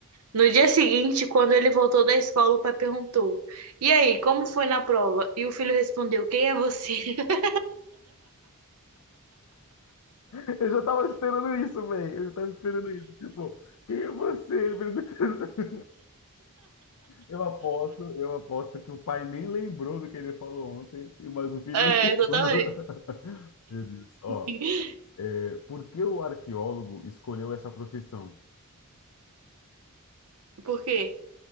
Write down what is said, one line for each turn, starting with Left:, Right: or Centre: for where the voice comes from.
Right: No dia seguinte, quando ele voltou da escola, o pai perguntou, e aí, como foi na prova? E o filho respondeu, quem é você? <laughs>
Left: <laughs> Eu já tava esperando isso, velho. Eu já tava esperando isso. Tipo, quem é você? Ele perguntando. <laughs> Eu aposto, eu aposto que o pai nem lembrou do que ele falou ontem, e- mas o filho
Right: É,
Left: lembrou.
Right: exatamente.
Left: <laughs> Meu Deus. Ó,
Right: <laughs>
Left: é, por que o arqueólogo escolheu essa profissão?
Right: Por quê?